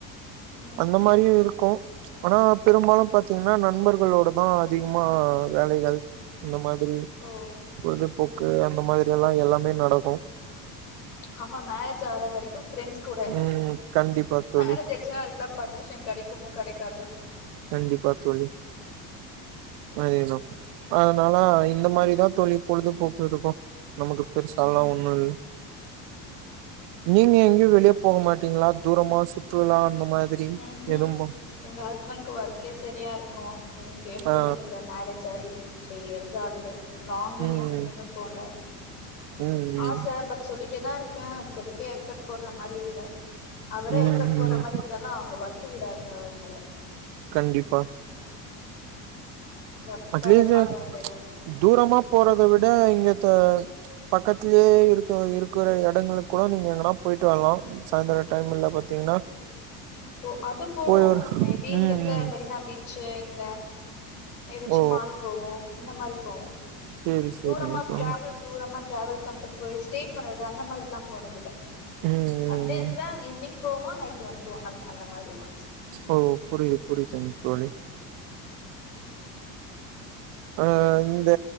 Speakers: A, on the left (about 85°); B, on the right (about 70°).
A: ம்
B: அந்த மாரியு இருக்கூ ஆனா பெரும்பாலு பாத்தீங்கன்னா நண்பர்களோட தா அதிகமா வேலைகள் இந்த மாதிரி
A: ஓ
B: பொழுதுபோக்கு
A: ம்
B: அந்த மாதிரி எல்லா எல்லாமே நடக்கூ
A: ஆமா மேரேஜ் ஆற வரைக்கூ ஃப்ரெண்ட்ஸ் கூட
B: ம் கண்டிப்பா தோழி
A: மேரேஜ் ஆயிரு ச்சுனா அதுக்கெல்லா பர்மிஷன் கடைக்குமோ கடைக்காதோ
B: கண்டிப்பா தோழி அய்னோ அதுனால இந்த மாரிதா தோழி பொழுதுபோக்கு இருக்கூ நமக்கு பெருசா
A: ம்
B: எல்லா ஒண்ணு இல் நீங்க எங் க வெளிய
A: ஓகே
B: போக மாட்டீங்களா தூரமா சுற்றுலா அந்த மாதிரி
A: ம்ஹூம்
B: எறும்பும்
A: எங்க ஹஸ்பண்க்கு ஒர்க்கே சரியா இருக்கொ இங்கயு போனது
B: ஆ
A: இல்ல மேரேஜ் ஆயி த்ரீ இயர்ஸ் ஆகுது லாங்குன்னு
B: ம்
A: எங்கயமே
B: ம்
A: போல
B: ம்
A: ஆச பட் சொல்லிட்டேதா இருக்கே அதுக்கு எதுக்கு எஃபெக்ட் போடுற மாரி இல்ல அவர
B: ம் ம்
A: எஃபர்ட் போடுற
B: ம்
A: மாரி இருந்தாலு அவங்க ஒர்க் விடாது நள
B: கண்டிப்பா
A: ஒர்க்குக்காக
B: அட்லீஸ்ட்
A: பாக்க வேண்டியதா இருக்கு
B: தூரமா போறத விட இங்கத பக்கத்திலயே இருக்க இருக்கிற இடங்களுக்கு கூட நீங்க எங்கனா போயிட்டு வரலா சாயந்தரம் டைம் எல்லா பாத்தீங்கன்னா
A: போ அது போவோ
B: போய் ஒரு
A: மேபி இங்க
B: ம்
A: இருக்க
B: ம்
A: மெரினா பீச்சு இங்க ஏதச்சு
B: ஓ
A: மால் போவோ இந்த மாரி போவோ
B: சேரி சேரிங்க
A: தூரமா
B: தோழி
A: டிராவல் தூரமா ட்ராவல் பண்ணிட்டு போய் ஸ்டே பண்ணறது அந்த மாரில்லா போனதில்ல
B: ம் ம்
A: சண்டேஸ்ல
B: ம்
A: ஈவி்னிங் போவோ நைட்டு வந்துருவோ அ அந்த மாரிதா
B: ஓ புரியுது புரியுதுங் தோழி அ இந்த